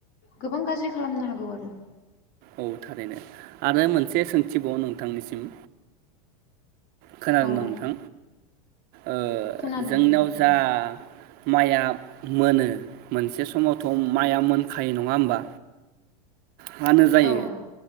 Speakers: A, on the left (about 55°); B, on the right (about 50°).
A: गोबां गाज्रि खालामनो हागौ आरो।
B: औ थारैनो आरो मोनसे सोंथिबाव नों थांनिसिम खोनादोंना
A: औ
B: नोंथां ओ
A: खोनादों
B: जोंनियाव
A: दे बुं।
B: जा माइया मोनो, मोनसे समावथ' माइया मोनखायो नङा होमबा हानो जायो
A: औ